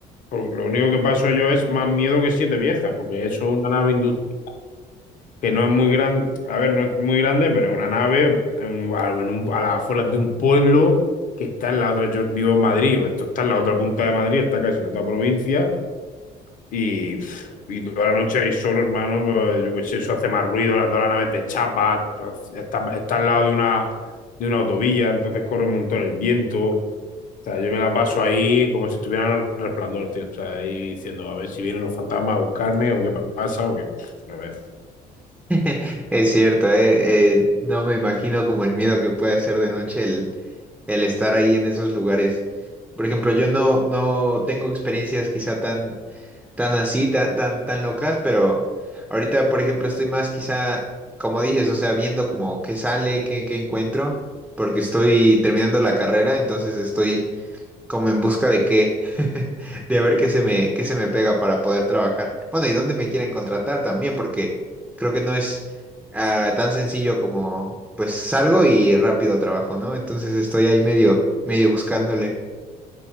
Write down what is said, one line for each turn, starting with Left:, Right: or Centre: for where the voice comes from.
Left: lo único que paso yo es más miedo que siete viejas, porque eso es una nave industrial. que no es muy grande, a ver, no es muy grande, pero es una nave en un- a, en un- a las afueras de un pueblo que está en la otra, yo vivo en Madrid, esto está en la otra punta de Madrid, está casi en otra provincia, y, pff, y toda la noche ahí solo, hermano, pues yo qué sé, eso hace más ruido, las, todas las naves de chapa, entonces, está, está al lado de una, de una autovía, entonces corre un montón el viento, o sea, yo me la paso ahí como si estuviera en el resplandor, tío, o sea, ahí diciendo, a ver si vienen los fantasmas a buscarme o qué pasa, o qué, no veas.
Centre: <laughs> Es cierto, eh, eh, no me imagino como el miedo que puede hacer de noche el, el estar ahí en esos lugares. Por ejemplo, yo no, no tengo experiencias quizá tan, tan así, tan, tan, tan locas, pero ahorita, por ejemplo, estoy más quizá, como dices, o sea, viendo como qué sale, qué, qué encuentro, porque estoy terminando la carrera, entonces estoy como en busca de qué, <laughs> de a ver qué se me, qué se me pega para poder trabajar. Bueno, y dónde me quieren contratar también, porque creo que no es ah, tan sencillo como pues salgo y rápido trabajo, ¿no? Entonces estoy ahí medio, medio buscándole.